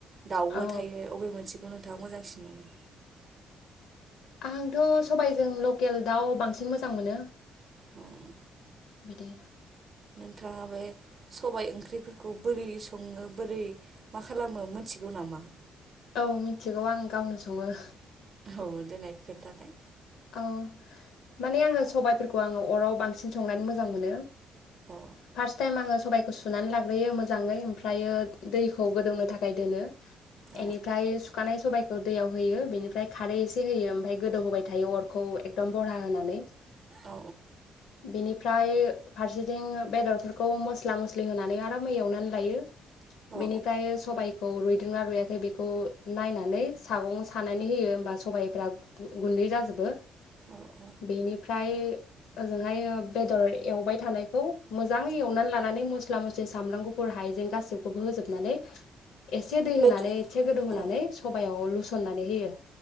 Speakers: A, on the right; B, on the left.
A: दाउबो
B: औ
A: थायो अबे मोनसेखौनों थांआ मोजांसिन मोनो
B: आंथ' सबायजों लकेल दाउ बांसिन मोजां मोनो
A: औ औ
B: बिदि
A: नोंथाङा बे सबाय ओंख्रिफोरखौ बोरै सङो बोरै मा खालामो मोनथिगौ नामा?
B: औ मिथिगौ आं गावनो सङो
A: औ देनाय खोनथानाय
B: औ माने आङो सबायाइफोरखौ आङो अराव बांसिन संनानै मोजां मोनो
A: औ
B: फार्स्ट टाइम आङो सबाइखौ सु नानै लाग्रोयो मोजाङै ओमफ्रायो दैखौ गोदौनो थाखा फायदोनो
A: औ
B: एनिफ्राय सुखानाय सबायाइखो दैयाव होयो बिनिफ्राय खारै एसे होयो ओमफ्राय गोदौ होबाय था थायो अरखौ एकदम बरहा होनानै
A: औ
B: बेनिफ्राय फारसेथिं बेदरफोरखौ मस्ला-मस्लि होनानै आरामै एवनानै लायो
A: औ
B: बेनिफ्राय सबायाइखौ रु रुयदों ना रुयाखै बेखौ नायनानै सागं सानानै होयो होनबा सबाय फोरा गु गुन्दै जा जोबो
A: औ औ
B: बेनिफ्राय ओजोंहाय बेदर एवबाय थानायखौ मोजाङै एवनानै लानानै मस्ला-मस्लि सामब्राम गुफुर हायजें गासिखौबो होजोबनानै एसे दै
A: बेदर
B: होनानै एसे गोदौ होनोनानै
A: औ
B: सबायाव लुस खननानै होयो।